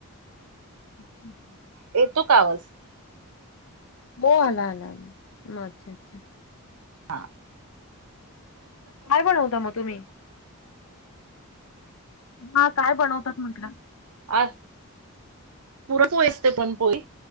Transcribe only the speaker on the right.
येतो का आवाज?
हां.
अ पुरणपोळी आसते पुरणपोळी,